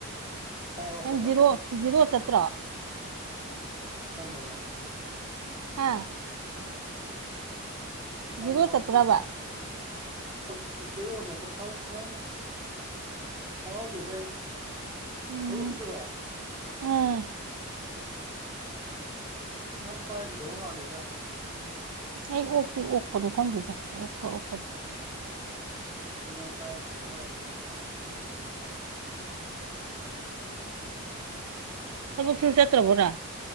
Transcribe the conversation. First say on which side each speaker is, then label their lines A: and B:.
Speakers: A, on the right (about 20°); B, on the right (about 85°).
A: ꯉꯁꯥꯏ ꯑꯣꯠꯄꯇ
B: ꯅꯪ ꯖꯤꯔꯣ ꯖꯤꯔꯣ ꯆꯠꯇ꯭ꯔꯣ
A: ꯀꯔꯝꯕꯩꯅꯣ
B: ꯑꯥ
A: ꯈꯪ
B: ꯖꯤꯔꯣ
A: ꯍꯧꯗꯦꯗ꯫
B: ꯆꯠꯄ꯭ꯔꯕ
A: ꯈꯥ ꯖꯦꯔꯣ ꯆꯥꯠꯄ ꯈꯪ ꯅꯪ ꯈꯪꯍꯧꯗꯦꯗ ꯑꯩ
B: ꯎꯝ꯫
A: <unintelligible> ꯀꯤꯗ꯭ꯔꯣ
B: ꯎꯝ
A: ꯅꯪ ꯄꯥꯏꯈꯤꯗꯧꯕ ꯃꯥꯜꯂꯤꯗ꯫
B: ꯑꯩ ꯑꯣꯛꯇꯤ ꯑꯣꯛꯄꯅꯦ ꯈꯪꯗꯦꯗ ꯑꯣꯛꯄ ꯑꯣꯛꯇ
A: ꯑꯗꯣ ꯅꯪ ꯄꯥꯏꯔꯛꯇꯕ ꯃꯥꯜꯂꯤ ꯃꯣꯏꯗ
B: ꯊꯥꯕꯛ ꯁꯨ ꯆꯠꯇ꯭ꯔꯕ꯭ꯔꯥ ꯅ